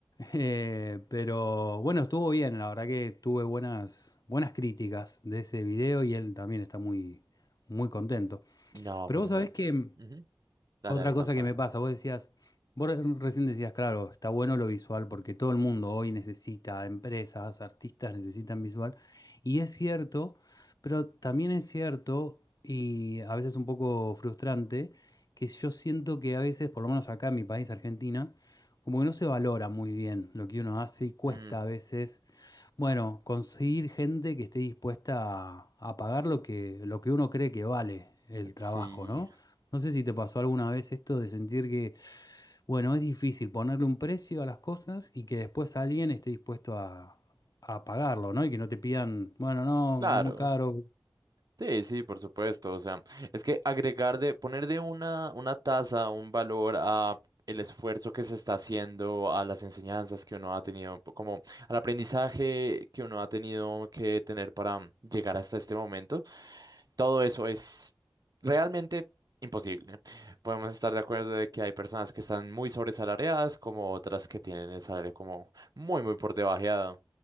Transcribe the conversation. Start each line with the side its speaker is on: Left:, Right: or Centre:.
Left: Eh, pero bueno, estuvo bien, la verdad que tuve buenas, buenas críticas de ese video y él también está muy, muy contento.
Right: No,
Left: Pero
Right: perfecto.
Left: vos sabés que
Right: Ujú. Dale,
Left: otra
Right: dale, contame.
Left: cosa que me pasa, vos decías, vos re- recién decías, claro, está bueno lo visual porque todo el mundo hoy necesita, empresas, artistas necesitan visual, y es cierto, pero también es cierto, y a veces un poco frustrante, que yo siento que a veces, por lo menos acá en mi país, Argentina, como que no se valora muy bien lo que uno hace y cuesta
Right: Mm,
Left: a veces bueno, conseguir gente que esté dispuesta a, a pagar lo que, lo que uno cree que vale el trabajo,
Right: sí,
Left: ¿no? No sé si te pasó alguna vez esto de sentir que, bueno, es difícil ponerle un precio a las cosas y que después alguien esté dispuesto a, a pagarlo, ¿no? Y que no te pidan, bueno, no,
Right: claro.
Left: no es muy caro.
Right: Sí, sí, por supuesto. O sea, es que agregar de, poner de una, una tasa, un valor a el esfuerzo que se está haciendo, a las enseñanzas que uno ha tenido, po- como al aprendizaje que uno ha tenido que tener para mm, llegar hasta este momento, todo eso es realmente imposible. Podemos estar de acuerdo de que hay personas que están muy sobresalariadas, como otras que tienen el salario como muy, muy por debajeado.